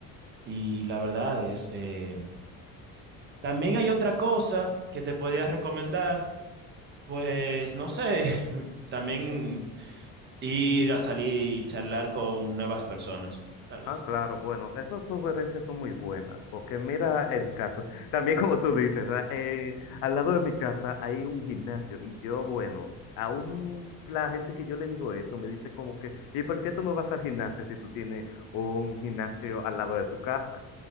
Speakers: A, on the right; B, on the left.
A: Y la verdad es, eh, también hay otra cosa que te podía recomendar, pues no sé, <laughs> también ir a salir y charlar con nuevas personas, tal vez.
B: Ah, claro, bueno, esas sugerencias son muy buenas, porque mira el caso, <laughs> también como tú dices, ah, eh, al lado de mi casa hay un gimnasio y yo, bueno, aún la gente que yo le digo eso me dice como que, ¿y por qué tú no vas al gimnasio si tú tienes un gimnasio al lado de tu casa?